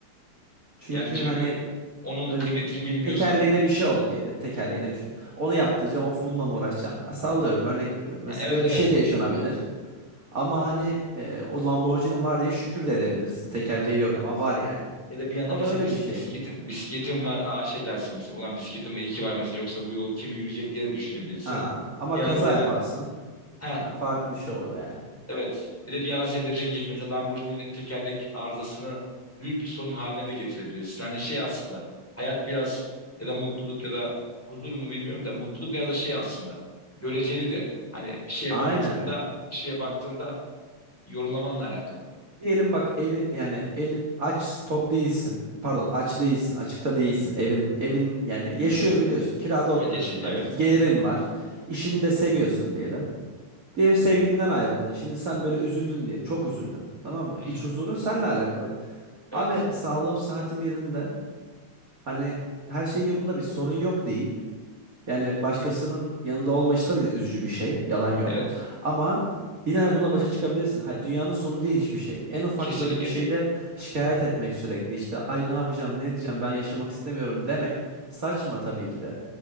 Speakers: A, on the right; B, in the centre.
A: çünkü
B: Yani çünkü
A: hani
B: onun kıymetini
A: e,
B: bilmiyorsan.
A: tekerleğine bir şey oldu diyelim tekerleğine bir şey oldu. Onu yaptıracağım of bununla mı uğraşacağım? Ben sallıyorum örnek veriyorum.
B: Ha,
A: Mesela
B: Evet
A: böyle
B: evet.
A: bir şey de yaşanabilir. Ama hani e, o Lamborghini'nin var diye şükür de edebilirsin. Tekerleği yok
B: Evet.
A: ama var yani.
B: Ya da bir anda
A: O
B: mesela
A: da öyle
B: bis-
A: bir şey.
B: bisikletin, bisikletin var. Aa şey dersin mesela. Ulan bisikletim iyi ki var mesela. Yoksa bu yolu kim yürüyecek diye de düşünebilirsin.
A: Ha, ama
B: Bir an
A: kaza
B: demin.
A: yaparsın.
B: Ha
A: Farklı bir şey olur yani.
B: evet. Bir de bir yana senin dediğin gibi mesela Lamborghini'nin tekerlek arızasını büyük bir sorun haline de getirebilirsin. Hani şey aslında. Hayat biraz ya da mutluluk ya da huzur mu bilmiyorum da mutluluk biraz da şey aslında. Göreceli de. Hani bir şeye
A: Aynen.
B: baktığında bir şeye baktığında yorumlamanla alakalı.
A: Diyelim bak evi yani elin aç tok değilsin. Pardon aç değilsin açıkta değilsin. Evin evin yani yaşıyor biliyorsun. Kirada oturuyorsun
B: Evet yeşil evet.
A: belki. Gelirin var. İşini de seviyorsun diyelim. Diyelim sevgilinden ayrıldın. Şimdi sen böyle üzüldün diyelim. Çok üzüldün. Tamam mı?
B: Hı
A: İç
B: hı.
A: huzurun seninle alakalı.
B: Evet.
A: Abi sağlığım sıhhatim yerinde. Hani her şey yolunda bir sorun yok deyip yani başkasının yanında olma işi tabii de üzücü bir şey. Yalan yok.
B: Evet.
A: Ama yine hani bununla başa çıkabilirsin. Ha- Dünyanın sonu değil hiçbir şey. En ufak
B: Kesinlikle
A: böyle bir şeyde
B: değil.
A: şikayet etmek sürekli işte ay ne yapacağım ne edeceğim ben yaşamak istemiyorum demek saçma tabii ki de.